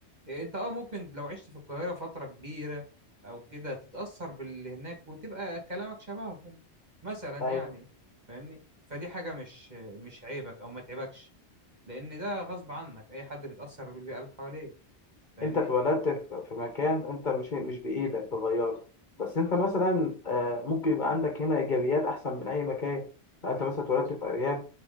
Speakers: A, on the right (about 40°); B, on the left (about 45°).
A: انت اه ممكن لو عشت في القاهرة فترة كبيرة او كده تتأثر باللي هناك وتبقى كلامك شبههم مثلا
B: أيوة.
A: يعني فاهمني فدي حاجة مش مش عيبك او ما تعيبكش لان ده غصب عنك اي حد بيتأثر بالبيئة اللي حواليه فاهمني
B: انت اتولدت في في مكان انت مش مش بايدك تغيره بس انت مثلا آه، ممكن يبقى عندك هنا ايجابيات احسن من اي مكان لو انت مثلا اتولدت في ارياف